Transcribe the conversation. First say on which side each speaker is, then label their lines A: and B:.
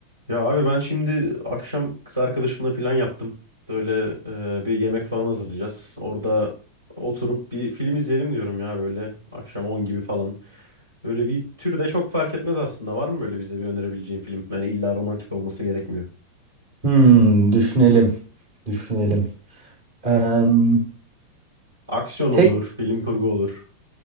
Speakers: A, on the right (about 75°); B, on the right (about 50°).
A: Ya abi ben şimdi akşam kız arkadaşımla plan yaptım. Böyle e, bir yemek falan hazırlayacağız. Orada oturup bir film izleyelim diyorum ya böyle akşam 10 gibi falan. Böyle bir tür de çok fark etmez aslında. Var mı böyle bize bir önerebileceğin film? yani illa romantik olması gerekmiyor.
B: Hmm, düşünelim. Düşünelim. Em,
A: Aksiyon
B: tek
A: olur, bilim kurgu olur.